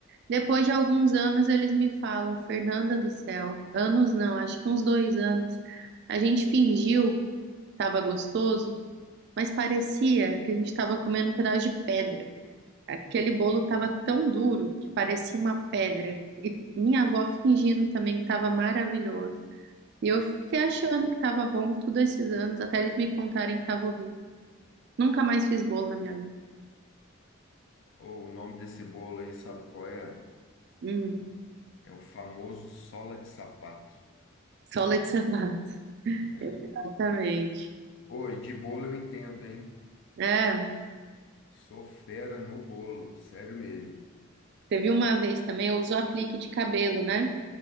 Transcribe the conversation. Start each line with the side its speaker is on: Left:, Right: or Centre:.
Right: Depois de alguns anos, eles me falam, Fernanda do céu, anos não, acho que uns dois anos. A gente fingiu que tava gostoso, mas parecia que a gente tava comendo um pedaço de pedra. Aquele bolo tava tão duro que parecia uma pedra. E minha avó fingindo também que tava maravilhoso. E eu fiquei achando que tava bom todos esses anos, até eles me contarem que tava horrível. Nunca mais fiz bolo na minha vida.
Left: Ô, O nome desse bolo aí, sabe qual é?
Right: Hum,
Left: É o famoso sola de sapato.
Right: sola de sapato. <laughs>
Left: É.
Right: Exatamente.
Left: Oi, de bolo eu entendo, hein?
Right: É,
Left: Sou fera no bolo, sério mesmo.
Right: teve uma vez também, eu uso aplique de cabelo, né?